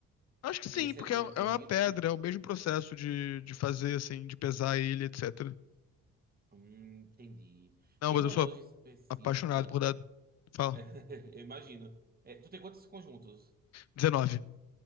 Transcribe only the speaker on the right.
É, serão
de
meteorito?
Hum, entendi.
Tem
uma
loja específica.
<laughs> Eu imagino. É, tu tem quantos conjuntos?